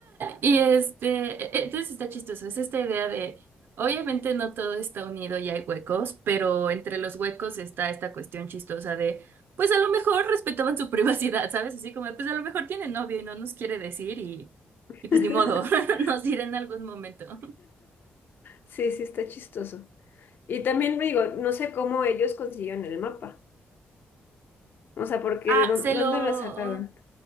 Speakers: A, on the right (about 70°); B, on the left (about 65°).
A: Y este, e- entonces está chistoso, es esta idea de, obviamente no todo está unido y hay huecos, pero entre los huecos está esta cuestión chistosa de, pues a lo mejor respetaban su <laughs> privacidad, ¿sabes? Así como, pues a lo mejor tiene novio y no nos quiere decir y,
B: <laughs>
A: y pues ni modo, <laughs> nos dirá en algún momento.
B: Sí, sí, está chistoso. Y también me digo, no sé cómo ellos consiguieron el mapa. O sea, porque
A: Ah,
B: ¿de dónde,
A: <laughs> se lo,
B: dónde la sacaron?